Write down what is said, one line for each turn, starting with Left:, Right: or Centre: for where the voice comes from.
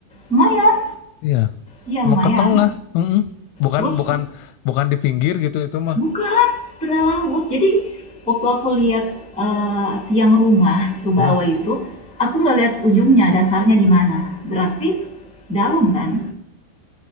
Centre: Lumayan.
Left: Iya,
Centre: ya
Left: emang
Centre: lumayan.
Left: ke tengah. Mm-mm. Bukan
Centre: Terus
Left: bukan bukan di pinggir gitu itu mah.
Centre: bukan tengah laut. Jadi waktu aku lihat eh, tiang rumah ke bawah
Left: Ya,
Centre: itu, aku nggak lihat ujungnya, dasarnya di mana. Berarti dalam kan?